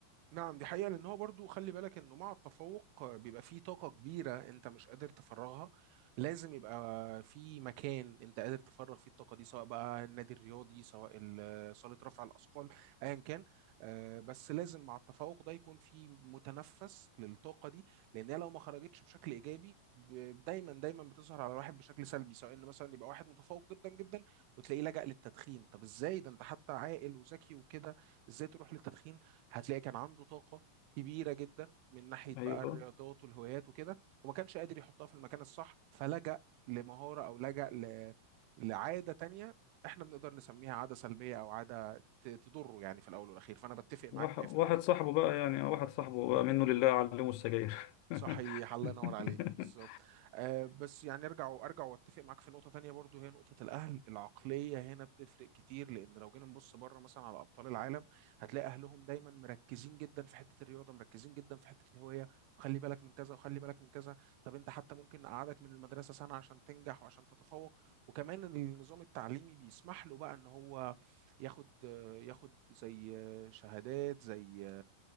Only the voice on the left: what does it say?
ايوه
واحد
واحد
صاحبه بقى يعني آه، واحد صاحبه بقى منه لله علمه السجاير <laughs>